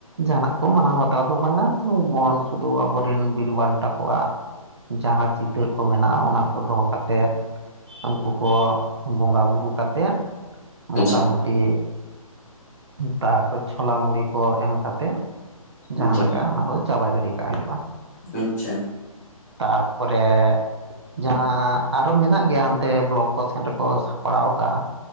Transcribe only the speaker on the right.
ᱡᱟᱦᱟᱱᱟᱜ ᱠᱚ ᱢᱟᱱᱟᱣ ᱵᱟᱛᱟᱣ ᱫᱚ ᱵᱟᱝᱟ ᱵᱚᱦᱟᱱ ᱥᱩᱫᱷᱩ ᱟᱵᱚᱨᱮᱱ ᱵᱤᱨ ᱵᱟᱱᱴᱟ ᱠᱚᱣᱟᱜ- ᱡᱟᱦᱟᱸᱨ ᱪᱤᱛᱟᱹᱨ ᱠᱚ ᱢᱮᱱᱟᱜᱼᱟ ᱚᱱᱟ ᱠᱚᱫᱚ ᱠᱟᱛᱮᱫ- ᱩᱱᱠᱩ ᱠᱚ ᱵᱚᱸᱜᱟ ᱵᱩᱨᱩ ᱠᱟᱛᱮᱫ᱾ ᱢᱚᱴᱟᱢᱩᱴᱤ
ᱛᱟᱨᱯᱚᱨ ᱪᱷᱚᱞᱟ ᱢᱩᱲᱤ ᱠᱚ ᱮᱢ ᱠᱟᱛᱮᱜ- ᱡᱟᱦᱟᱸ
ᱞᱮᱠᱟ ᱚᱱᱟ ᱠᱚᱫᱚ ᱪᱟᱵᱟ ᱜᱤᱰᱤ ᱠᱟᱜ ᱦᱩᱭᱩᱜᱼᱟ᱾
ᱛᱟᱨᱯᱚᱨᱮ- ᱡᱟᱦᱟᱸ ᱟᱨᱚ ᱢᱮᱱᱟᱜ ᱜᱮᱭᱟ ᱦᱟᱱᱛᱮ ᱵᱞᱚᱠ ᱠᱚ ᱥᱮᱱ ᱨᱮᱠᱚ ᱥᱟᱯᱲᱟᱣ ᱟᱠᱟᱜ-ᱟ᱾